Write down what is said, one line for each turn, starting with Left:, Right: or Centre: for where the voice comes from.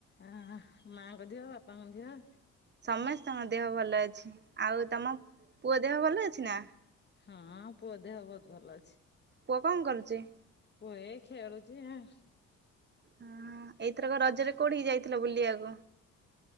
Left: ଆ ମାଙ୍କ ଦିହ ବାପାଙ୍କ ଦିଦ।
Right: ସମସ୍ତଙ୍କ ଦେହ ଭଲ ଅଛି ଆଉ ତମ ପୁଅ ଦେହ ଭଲଅଛି ନା?
Left: ହଁ ପୁଅ ଦେହ ବହୁତ ଭଲ ଅଛି।
Right: ପୁଅ କଅଁ କରୁଚି।
Left: ପୁ ଏ ଖେଳୁଚି ଆଁ।
Right: ହଁ ଏଇଥରକ ରଜରେ କୋଉଠିିକି ଯାଇଥିଲ ବୁଲିବାକୁ?